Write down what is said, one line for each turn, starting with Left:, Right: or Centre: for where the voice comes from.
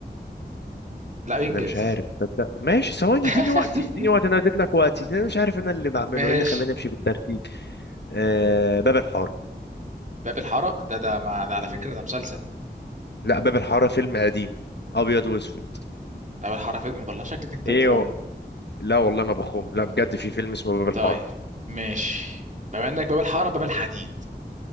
Right: لا إنجاز
Left: انا مش عارف تصدق ماشي ثواني
Right: <laughs>
Left: اديني وقتي اديني وقتي انا اديت لك وقتي انا مش عارف انا اللي بعمله
Right: ماشي
Left: ايه اللي خلاني امشي بالترتيب آه باب الحاره
Right: باب الحارة ده ده ما ده على
Left: مم.
Right: فكرة ده مسلسل
Left: لا باب الحاره فيلم قديم ابيض واسود
Right: باب الحارة فيلم والله شكلك انت
Left: ايه
Right: بتخم
Left: هو؟ لا والله ما بخوم لا بجد في فيلم اسمه باب
Right: طيب
Left: الحاره
Right: ماشي بما انك باب الحارة باب الحديد